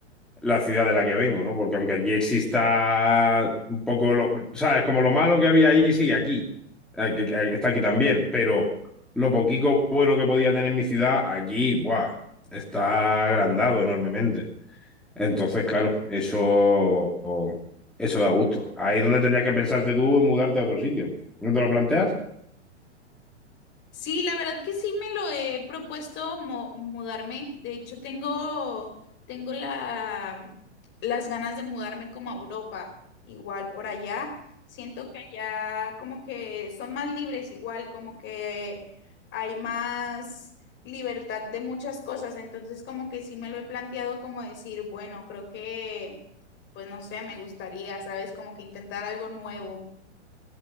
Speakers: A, in the centre; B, on the left.
A: la ciudad de la que vengo, ¿no? Porque aunque aquí exista un poco, lo, ¿sabes? Como lo malo que había ahí sigue aquí, Aquí- aquí- está aquí también, pero lo poquito bueno que podía tener mi ciudad aquí, ¡buah! Está agrandado enormemente. Entonces, claro, eso, eso da gusto. Ahí es donde tendrías que pensarte tú en mudarte a otro sitio. ¿No te lo planteas?
B: Sí, la verdad que sí me lo he propuesto mo- mudarme. De hecho, tengo, tengo la, las ganas de mudarme como a Europa, igual por allá. Siento que allá como que son más libres, igual como que hay más libertad de muchas cosas. Entonces, como que sí me lo he planteado como decir, bueno, creo que, pues no sé, me gustaría, ¿sabes? Como que intentar algo nuevo.